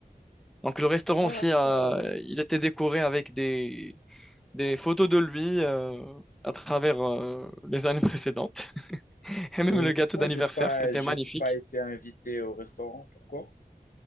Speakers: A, in the centre; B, on the left (about 65°).
A: Donc le restaurant
B: D'accord.
A: aussi, a- il était décoré avec des, des photos de lui euh, à travers euh, les années précédentes. <laughs> Et même
B: Et
A: le
B: pourquoi
A: gâteau d'anniversaire,
B: j'ai pas,
A: c'était
B: j'ai
A: magnifique.
B: pas été invité au restaurant? Pourquoi?